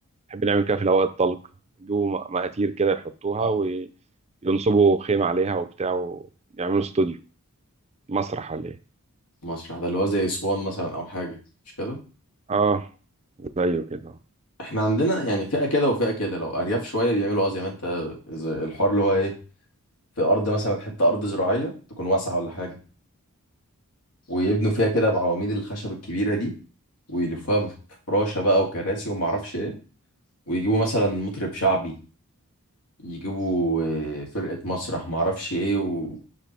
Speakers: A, on the right; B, on the left.
A: نحب نعمل كده في الهواء الطلق يجيبوا م- مقاتير كده يحطوها
B: آه.
A: وينصبوا خيمة عليها وبتاع ويعملوا استوديو مسرح ولا ايه
B: مسرح ده اللي هو زي اسوان مثلا او حاجه مش كده
A: اه زيه كده
B: احنا عندنا يعني فئه كده وفئه كده لو ارياف شويه بيعملوا اه زي ما انت زي الحوار اللي هو ايه في ارض مثلا حته ارض زراعيه تكون واسعه ولا حاجه ويبنوا فيها كده بعواميد الخشب الكبيره دي ويلفوها بفراشه بقى وكراسي وما اعرفش ايه ويجيبوا مثلا مطرب شعبي يجيبوا آه، فرقة مسرح معرفش ايه و...